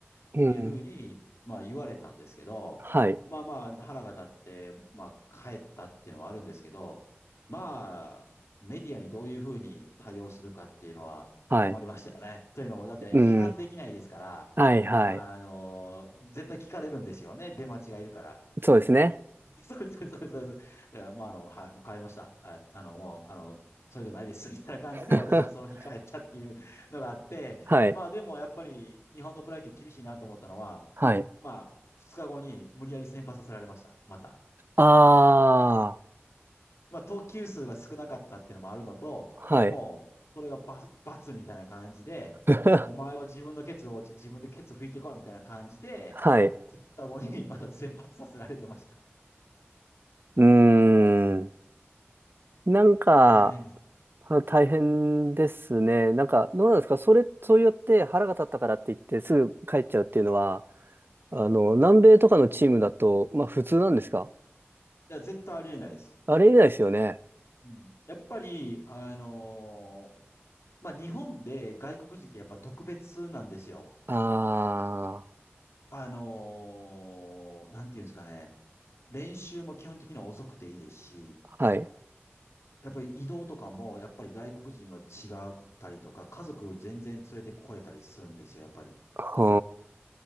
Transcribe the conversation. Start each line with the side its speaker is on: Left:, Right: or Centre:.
Left: っていうふうに、
Right: うん。
Left: まあ言われたんですけど、
Right: はい。
Left: まあまあ腹が立って、まあ帰ったっていうのはあるんですけど、まあ、メディアにどういうふうに対応するかっていうのは困りましたよね。
Right: はい。
Left: というのも、だって批判できないですから、
Right: うん。はい、はい。
Left: あの、絶対聞かれるんですよね、出待ちがいるから。
Right: そうですね。
Left: <laughs> そうです、そうです、そうです。だからもうあの、はい、もう帰りました。はい、あの、もう、あの、それじゃないです、<laughs> みたいな感じで私はその日帰ったっていうのがあって、
Right: <laughs> はい。
Left: まあでもやっぱり日本のプロ野球厳しいなと思ったのは、
Right: はい。
Left: まあ、2日後に無理やり先発させられました、また。
Right: ああ。
Left: まあ、投球数が少なかったっていうのもあるのと、
Right: はい。
Left: もう、それが罰、罰みたいな感じで、
Right: <laughs>
Left: お前は自分のケツを自分でケツ拭いてこいみたいな感じで、
Right: はい。う
Left: 2日後にまた先発させられてました。
Right: ーん。なんか、
Left: 大変です。
Right: あ大変ですね。なんか、どうなんですかそれ、そうやって腹が立ったからって言ってすぐ帰っちゃうっていうのは、あの、南米とかのチームだと、まあ普通なんですか
Left: いや、絶対ありえないです。
Right: あれ以来ですよね。
Left: うん。やっぱり、あのーまあ、日本で外国人ってやっぱ特別なんですよ。
Right: あ
Left: あのーなんていうんですかね。練習も基本的には遅くていいですし、
Right: あ。はい。
Left: やっぱり移動とかも、やっぱり外国人は違ったりとか、家族全然連れてこれたりするんですよ、やっぱり。
Right: ほ